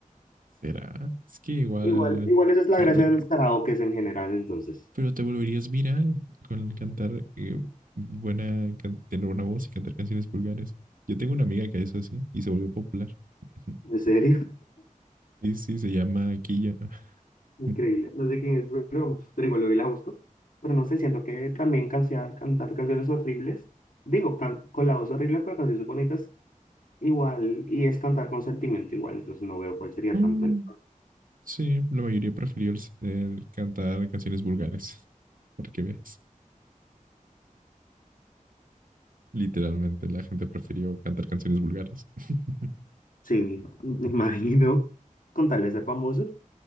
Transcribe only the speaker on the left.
Igual, igual esa es la
gracia de los karaokes en general, entonces.
En serio,
<laughs> increíble. No sé quién es, pero, pero igual hoy la busco. Pero no sé, siento que también cansear- cantar canciones horribles, digo, can- con la voz horrible, pero canciones bonitas, igual, y es cantar con sentimiento igual, entonces no veo cuál sería
tanto el...
Sí, me imagino, con tal de ser famoso,